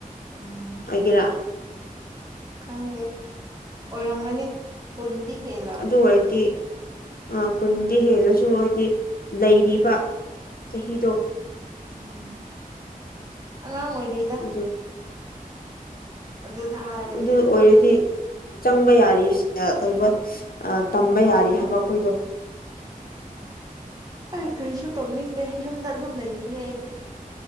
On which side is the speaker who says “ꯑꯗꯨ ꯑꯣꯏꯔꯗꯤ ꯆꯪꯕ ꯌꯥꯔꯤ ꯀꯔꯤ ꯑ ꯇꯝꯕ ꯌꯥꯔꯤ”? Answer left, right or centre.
Left